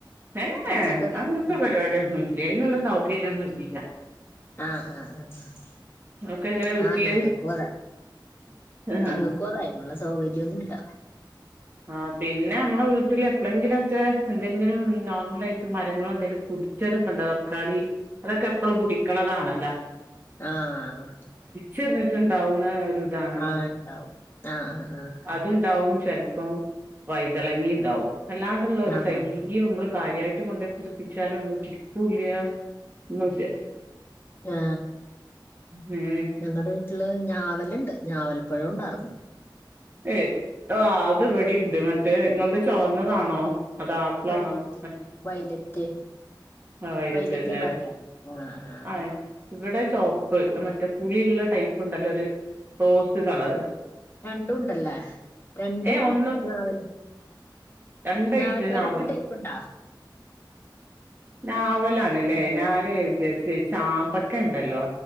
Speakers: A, on the right (about 30°); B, on the left (about 30°).
A: ഏ
B: പച്ചക്കറിയൊക്കെ
A: എ അങ്ങത്തെ
B: ഉണ്ടോ
A: പരിപാടിയൊന്നുല്ല്യെ അയ്നുള്ള സൗകര്യന്നും ഇല്ല.
B: ആഹ് ആഹ് ആഹ
A: ഒക്കെ ഇങ്ങനെ വീട്ടില്
B: ആഹ ഞങ്ങക്കുതെ.
A: ആഹ്
B: ഞങ്ങൾക്കു അതായിനുള്ള സൗകര്യൊന്നുല്ല.
A: ആഹ് പിന്നെ മ്മളെ വീട്ടില് എപ്പളെങ്കിലുക്കെ എന്തെങ്കിലും നോർമലയിട്ട് മരങ്ങൾ എന്തെങ്കിലും പടിച്ചതൊക്കെണ്ട.? അക്കാളി അതൊക്കെ എപ്പളും പുടിക്കണതാണല്ല.
B: ആഹ്.
A: ചിറിഞ്ഞിട്ടാണ്ടാവുല്ലെ രു ഇതാണല്ലോ
B: ആഹ് ഉണ്ടാവും ആഹ് ആഹ്
A: അത്ണ്ടാവും. ചെൽപ്പം വൈതളങ്ങി ണ്ടാവും എല്ലാണ്ട്ള്ള ഒരു
B: ആഹ് ആഹ്
A: തൈയ്യുമ്മള് കാര്യയിട്ട് കൊണ്ടെ പിടിപ്പിച്ചാലൊന്നും കിട്ടൂല്ല്യ ന്നുല്ല്യ.
B: ആ....
A: അങ്ങനെയാണ്
B: ഞങ്ങടെ <unintelligible> ഞാവല്ണ്ട് ഞാവൽപ്പഴോ ഒണ്ടാർന്ന്.
A: ഏയ് ആ അത് ഇവടിണ്ട് മറ്റേ ഇങ്ങൾത് ചോവന്നതാണോ.? അത് ആപ്പ്ളാണോ
B: വൈലറ്റ്
A: മ
B: വൈലറ്റ്
A: ആഹ
B: വൈലറ്റ്
A: <unintelligible>
B: കളറില്ലേ ആഹ് ആഹ്
A: ആ ഇവിടെ ചോപ്പ് മറ്റേ പുളിള്ള ടൈപ്പ് ണ്ടല്ലോ ഒരു റോസ് കളറ്.
B: രണ്ടും ണ്ടല്ലേ രണ്ടും
A: ഏ ഒന്ന്
B: നാവൽ.
A: രണ്ടൈറ്റന്നെ
B: ഞാവൽ പയ
A: ആവോലോ
B: ണ്ട് ടൈപ്പ് ണ്ട...?
A: നാവലാണ്ലെ
B: ഉണ്ടല്ലേ
A: ഞൻ വിചാരിച് ചാമ്പക്കെ ണ്ടല്ലോ